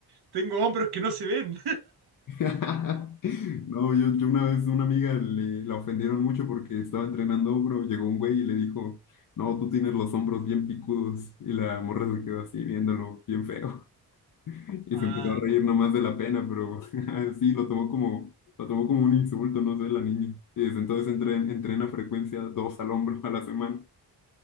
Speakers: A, on the right; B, on the left.
A: tengo hombros que no se ven.
B: <laughs> No, yo, yo una vez una amiga le, la ofendieron mucho porque estaba entrenando hombro, llegó un güey y le dijo, no, tú tienes los hombros bien picudos y la morra se quedó así viéndolo bien feo. Y
A: Ah,
B: se empezó a reír nomás de la pena, pero <laughs> sí, lo tomó como, lo tomó como un insulto, no sé, la niña. Y desde entonces entren- entrena frecuencia dos al hombro a la semana.